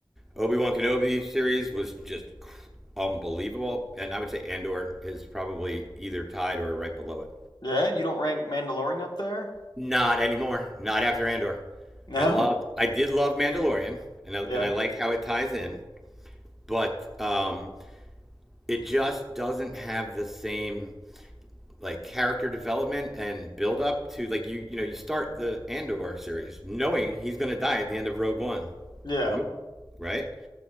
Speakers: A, in the centre; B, on the left.
A: Obi Wan Kenobi series was just cr- unbelievable, and I would say Andor is probably either tied or right below it.
B: Yeah, you don't rank Mandalorian up there?
A: Not anymore. Not after Andor.
B: No?
A: I love I did love Mandalorian and I,
B: Yeah.
A: and I like how it ties in, but um it just doesn't have the same like character development and build up to like you you know you start the Andor series knowing he's going to die at the end of Rogue One,
B: Yeah.
A: the movie, right?